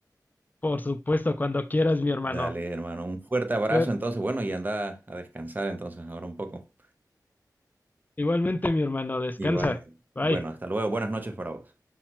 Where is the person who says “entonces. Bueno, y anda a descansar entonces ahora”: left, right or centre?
Right